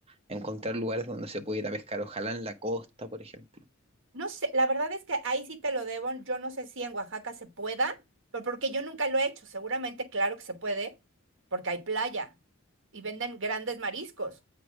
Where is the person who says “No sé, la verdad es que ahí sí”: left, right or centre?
Right